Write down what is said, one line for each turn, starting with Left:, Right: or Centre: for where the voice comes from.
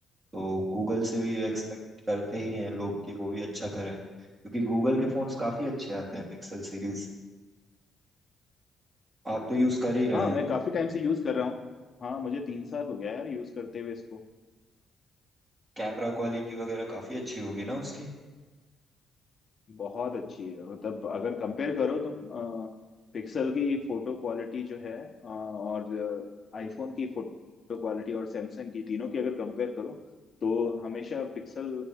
Right: तो गूगल से भी एक्सपेक्ट करते ही हैं लोग कि वो भी अच्छा करें क्योंकि गूगल के फोन्स काफ़ी अच्छे आते हैं पिक्सल सीरीज आप तो यूज़ कर ही रहे
Left: हाँ
Right: हैं
Left: मैं काफी टाइम से यूज कर रहा हूँ हाँ मुझे तीन साल हो गया यार यूज करते हुए इसको
Right: कैमरा क्वालिटी वगैरह काफ़ी अच्छी होगी ना उसकी
Left: बहुत अच्छी है मतलब अगर कंपेयर करो तुम पिक्सल की फोटो क्वालिटी जो है अ, और आईफोन की फोटो क्वालिटी और सैमसंग की तीनों की अगर कंपेयर करो तो हमेशा पिक्सल